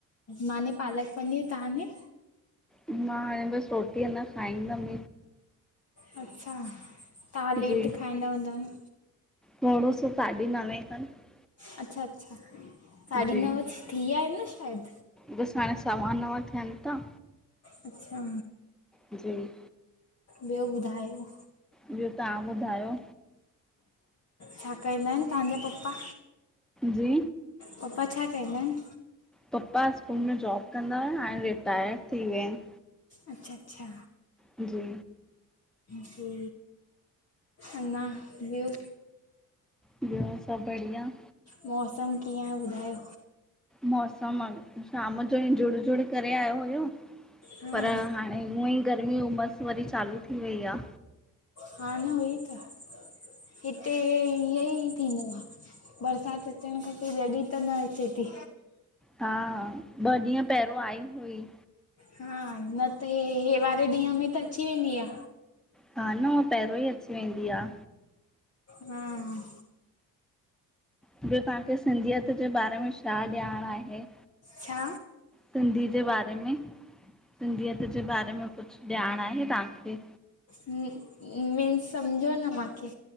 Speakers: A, on the left; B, in the centre.
A: माने पालक पनीर तव्हां ने?
B: मां हाणे बस रोटीअ अञा खाईंदम।
A: अच्छा तव्हां लेट
B: जी
A: खाईंदा हूंदव न?
B: थोड़ो सो साढी नवें खनि
A: अच्छा अच्छा साढी
B: जी
A: नव थींया आहिन शायद?
B: बसि हाणे सवा नव थियनि था
A: अच्छा
B: जी
A: ॿियो ॿुधायो?
B: ॿियो तव्हां ॿुधायो?
A: छा कंदा आहिन तव्हांजा पपा?
B: जी
A: पपा छा कंदा आहिन?
B: पप्पा स्कूल में जॉब कंदा हुआ हाणे रिटायर थी वया आहिन।
A: अच्छा अच्छा
B: जी
A: जी अञां ॿियो।
B: ॿियो सभ बढ़िया।
A: मौसम कीअं आ ॿुधायो?
B: मौसम शाम जो ई जुड़ जुड़ करे आयो हुयो
A: हा
B: पर हाण ऐं हूअं ई गर्मी उमस वरी चालू थी वई आ।
A: हा न उहई त हिते ईयं ई थींदो आ। बरसात अचण खपे जॾी त न अचेती।
B: हा ॿ ॾींह पहिरियों आई हुई।
A: हा न त हे वारे ॾींह में त अची वेंदी आ।
B: हा न हू पहिरियों ई अची वेंदी आ।
A: हम्म
B: ॿियो तव्हांखे सिंधीयत जे बारे में छा ॼाण आहे?
A: छा
B: सिंधी जे बारे में सिंधीअत जे बारे में कुछ ॼाण आहे तव्हांखे?
A: मिंनस समझो न माखे?